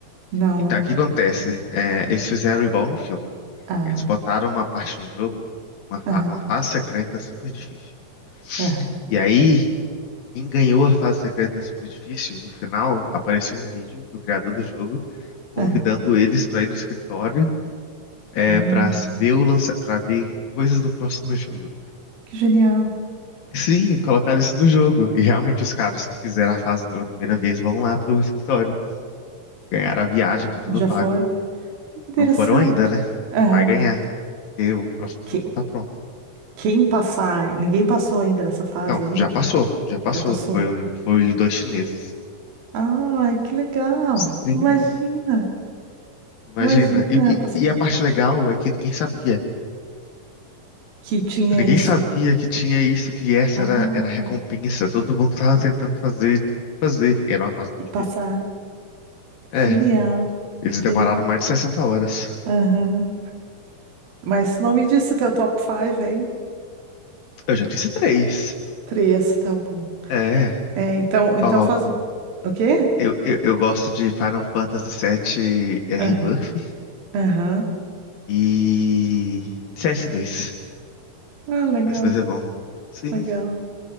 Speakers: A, on the right; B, on the left.
A: Não,
B: Então,
A: não.
B: o que acontece? É, eles fizeram igual no filme.
A: Ah,
B: Eles botaram uma parte no jogo, uma, fa-
A: aham,
B: uma fase secreta super difícil.
A: aham,
B: E aí, quem ganhou a fase secreta super difícil, no final, apareceu um vídeo do criador do jogo convidando
A: aham.
B: eles pra ir no escritório é,
A: Ah,
B: para ver o lança para ver coisas do próximo jogo.
A: que genial.
B: Sim, colocaram isso no jogo. E realmente os caras que fizeram a fase pela primeira vez vão lá pro escritório. Ganharam a viagem com tudo
A: Já
B: pago.
A: foram? Que interessante.
B: Não foram ainda, né?
A: Aham.
B: Vai ganhar, porque o próximo
A: Que,
B: jogo não tá pronto.
A: quem passar. Ninguém passou ainda dessa fase
B: Não,
A: aí?
B: já passou, já passou.
A: Já passou?
B: Foi, foi dois chineses.
A: Ai, que legal.
B: Sim,
A: Imagina.
B: imagina.
A: Imagina
B: E,
A: a possibilidade
B: e- e a parte legal é que ninguém sabia.
A: que tinha
B: Tipo, ninguém
A: esse.
B: sabia que tinha isso, que essa
A: Ah,
B: era, era a recompensa. Todo mundo tava tentando fazer, fazer. E era uma fase muito
A: e passar.
B: difícil. É,
A: Genial,
B: eles
A: genial.
B: demoraram mais de sessenta horas.
A: Aham. Mas tu não me disse teu top 5, hein?
B: Eu já disse três.
A: Três, tá bom.
B: É,
A: É, então, então
B: ó.
A: faz. O o quê?
B: Eu, eu, eu gosto de Final Fantasy VII é, Rebirth
A: Aham, aham.
B: e CS2.
A: Ah, legal,
B: CS2 é bom. Sim.
A: legal.